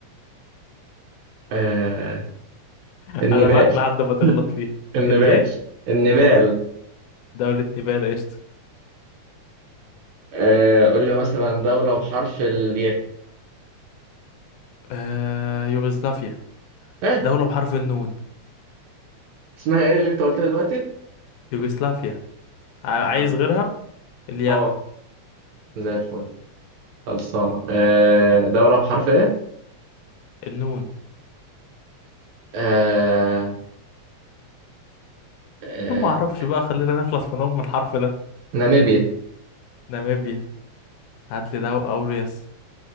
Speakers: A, on the right (about 75°); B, on the left (about 80°).
A: آه
B: <laughs>
A: النبال
B: أنا معاك لحد ما
A: <laughs>
B: تغلط فيها
A: النبال
B: الإيه؟
A: النبال
B: دولة نيبال قشطة
A: آه قول لي مثلا دولة بحرف الياء
B: آه يوغوسلافيا
A: اه
B: دولة بحرف النون
A: اسمها ايه اللي انت قلتها دلوقتي؟
B: يوغوسلافيا ع- عايز
A: معرفة.
B: غيرها؟ اليمن
A: اه زي الفل خلصانة آه دولة بحرف ايه؟
B: النون
A: آه آه
B: كل ما أعرفش بقى خلينا نخلص في نوم من الحرف ده
A: ناميبيا
B: ناميبيا هات لي دولة أوريوس